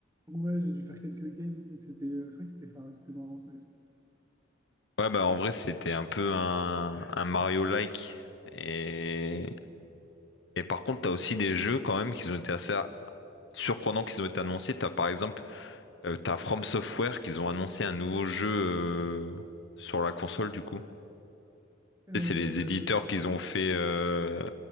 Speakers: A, on the right (about 15°); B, on the left (about 65°).
A: Ouais, j'ai dû faire quelques games, mais c'était, euh, c'est vrai que c'était fa- c'était marrant, ça aussi.
B: Ouais, bah, en vrai, c'était un peu un, un Mario-like. Et... et par contre, t'as aussi des jeux, quand même, qui ont été assez surprenants, qui ont été annoncés. T'as, par exemple, euh, t'as From Software, qui ont annoncé un nouveau jeu euh, sur la console, du coup.
A: Euh,
B: C'est les éditeurs qu'ils ont fait euh,